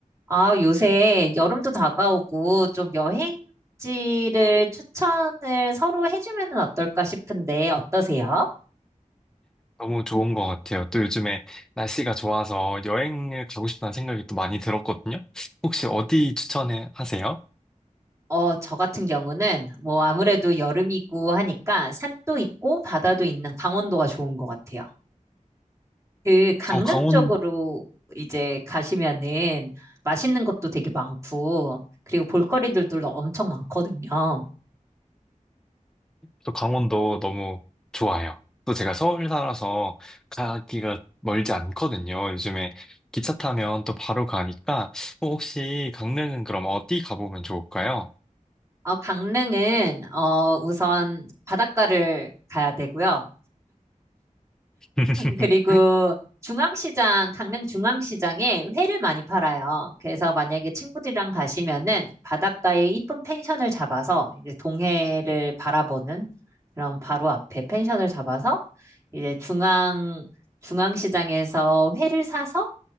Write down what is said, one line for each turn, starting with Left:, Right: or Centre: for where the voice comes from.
Right: 아, 요새 여름도 다가오고 좀 여행지를 추천을 서로 해주면 은 어떨까 싶은데 어떠세요?
Centre: 너무 좋은 것 같아요. 또 요즘에 날씨가 좋아서 여행을 가고 싶다는 생각이 또 많이 들었거든요. 혹시 어디 추천해 하세요?
Right: 어, 저 같은 경우는 뭐 아무래도 여름이고 하니까 산도 있고 바다도 있는 강원도가 좋은 것 같아요. 그 강릉
Centre: 저 강원,
Right: 쪽으로 이제 가시면은 맛있는 것도 되게 많고 그리고 볼거리들도 엄청 많거든요.
Centre: 저 강원도 너무 좋아요. 또 제가 서울 살아서 가기가 멀지 않거든요. 요즘에 기차 타면 또 바로 가니까 어, 혹시 강릉은 그럼 어디 가보면 좋을까요?
Right: 어, 강릉은 어, 우선 바닷가를 가야 되고요.
Centre: <laughs>
Right: 그리고 중앙시장, 강릉 중앙시장에 회를 많이 팔아요. 그래서 만약에 친구들이랑 가시면은 바닷가에 이쁜 펜션을 잡아서 이제 동해를 바라보는 그런 바로 앞에 펜션을 잡아서 이제 중앙, 중앙시장에서 회를 사서